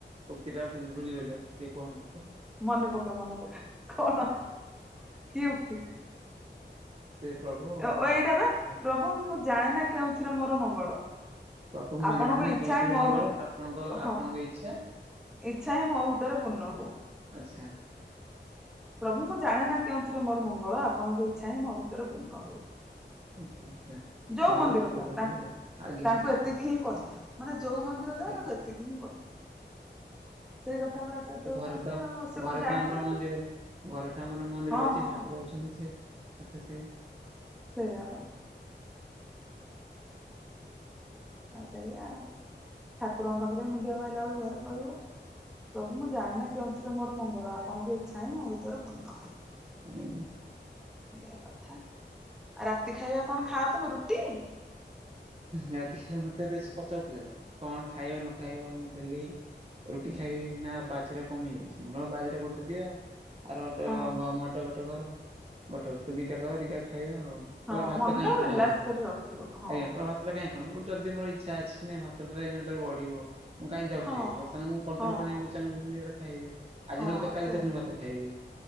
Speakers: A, on the right (about 35°); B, in the centre.
A: ଉକ୍ତି ଟା ଭୁଲିଗଲି ଆଉଥରେ ଟିକେ କୁହନ୍ତୁ। ତ?
B: ମନେ ପକା ମନେ ପକା କଣ, କି ଉକ୍ତି।
A: ହେ ପ୍ରଭୁ।
B: ଓ-ଓ-ଏଇଟା ବା
A: ଆପଣ
B: ପ୍ରଭୁ ମୁଁ ଜାଣେନା କେଉଁଥିରେ ମୋର ମଙ୍ଗଳ।
A: ପ୍ରଭୁ ମୁଁ
B: ଆପଣଙ୍କ
A: ଜାଣେନା
B: ଇଚ୍ଛା
A: କେଉଁଥିରେ
B: ହିଁ ମୋ
A: ମଙ୍ଗଳ
B: ଭି
A: ଆପଣଙ୍କ
B: ହଁ
A: ଆପଣଙ୍କ ଇଚ୍ଛା।
B: ଇଚ୍ଛା ହିଁ ମୋ ଭିତରେ ପୂର୍ଣ୍ଣ ହଉ।
A: ଆଚ୍ଛା।
B: ପ୍ରଭୁ ମୁଁ ଜାଣେ ନା କେଉଁଥିରେ ମୋର ମଙ୍ଗଳ ଆପଣଙ୍କ ଇଚ୍ଛା ହିଁ ମୋ ଭିତରେ ପୂର୍ଣ୍ଣ ହଉ।
A: ଆଚ୍ଛା ଆଚ୍ଛା।
B: ଯୋଉ
A: ଭଲ
B: ମନ୍ଦିର
A: ଉକ୍ତି
B: ଯା
A: ଗୋଟେ ଗୋଟେ
B: ତାଙ୍କୁ
A: ମିଳେ। ଆଜ୍ଞା
B: -ତାଙ୍କୁ
A: ଆଜ୍ଞା
B: ଏତିକି ହିଁ କହିବ। ମାନେ ଯୋଉ ମନ୍ଦିର ଯାଅ
A: ଆଜ୍ଞା
B: ତାଙ୍କୁ ଏତିକି ହିଁ କହିବ ସେଇ କଥା ବା ଆଚାର୍ଯ୍ୟ
A: ସେ
B: ଦେବ
A: ଘରେ
B: କହନ୍ତି
A: ତ,
B: ଆଉ ସେ
A: ଘରେ
B: କଣ ଜାଣିନାହାନ୍ତି
A: ତ ଆମର ମନ୍ଦିର, ଘରେ ତ ଆମର ମନ୍ଦିର
B: ହଁ
A: ଅଛି,
B: ହଁ
A: ଠାକୁର। ଅଛନ୍ତି, ସେ କଥା ସେ -
B: ସେଇଆ ବା। ଆଉ ସେଇଆ ଠାକୁରଙ୍କ ପାଖରେ ମୁଣ୍ଡିଆ ମାରଲା ବେଳକୁ ଘରେ କହିବ। ପ୍ରଭୁ ମୁଁ ଜାଣେନା କେଉଁଥିରେ ମୋର ମଙ୍ଗଳ ଆପଣଙ୍କ ଇଚ୍ଛା ହିଁ ମୋ ଭିତରେ ପୂର୍ଣ୍ଣ ହଉ।
A: ଆଜ୍ଞା।
B: ଏଇଆ କଥା, ଆଉ ରାତି ଖାଇବା କଣ ଖାଅ ତମେ ରୁଟି।
A: ରାତି ଖାଇବା ମୋତେ ବେଶୀ ପଚାରୁଥିଲେ, ଘରେ କଣ ଖାଇବ ନ ଖାଇବ, ମୁଁ। ରୁଟି ଖାଇବି ନା ବାଜିରା କମି ଯାଇଛି ବାଜିରା ଗୋଟେ ଦିଅ ଆର ଅଟା
B: ହଁ
A: ଗହମ ଅଛି ଗୋଟେ ଘରୁ ଗୋଟେ ହଉ ଦିଟା କର ଦିଟା ଖାଇବା। କହିଲା
B: ହଁ
A: ଭାତ
B: ମନଟାକୁ
A: କାହିଁ
B: ରିଲାକ୍ସ
A: ଖାଉନୁ
B: କରିକି ରଖିବ ହଁ।
A: ଆଜ୍ଞା ଭାତଟା କାହିଁ କଲ ମୋର ଯଦି ମୋ ଇଛା ଅଛି ନାଇଁ ଭାତଟାରେ ଏଇନା ତୋର ବଢିବ। ମୁଁ କାଇଁ ତାକୁ
B: ହଁ
A: ଖାଇବି
B: ହଁ
A: ବର୍ତ୍ତମାନ ମୁ କଣ୍ଟ୍ରୋଲ
B: ହଁ
A: କିରିବାକୁ
B: ହଁ
A: ଚାହୁଁଚି ମୁଁ ଏଉଡ଼ା ଖାଇବି। ଆଜି
B: ହଁ
A: ନହେଲେ ତ କାଲି
B: ସେ
A: ତ ପୁଣି ଭାତ ଖାଇବି,